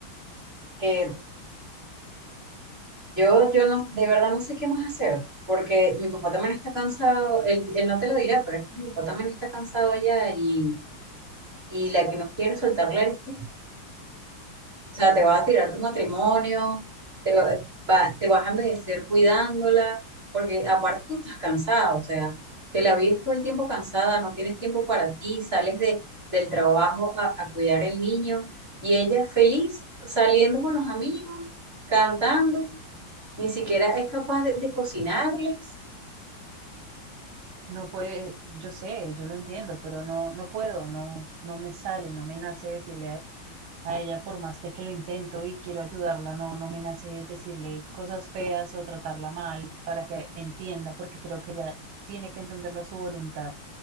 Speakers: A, on the right; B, on the right.
A: que Yo, yo no, de verdad no sé qué más hacer, porque mi papá también está cansado, él, él no te lo dirá, pero es que mi papá también está cansado ya y, y la que no quiere soltarle eres tú. O sea, te vas a tirar tu matrimonio, te, va, va- te vas a envejecer cuidándola, porque aparte tú estás cansada, o sea, te la vives todo el tiempo cansada, no tienes tiempo para ti, sales de, del trabajo a, a cuidar el niño y ella feliz saliendo con los amigos, cantando. Ni siquiera es capaz de, de cocinarles.
B: No puede, yo sé, yo lo entiendo, pero no, no puedo, no, no me sale, no me nace decirle a, a ella, por más de que lo intento y quiero ayudarla, no, no me nace decirle cosas feas o tratarla mal para que entienda, porque creo que ella tiene que entenderlo a su voluntad.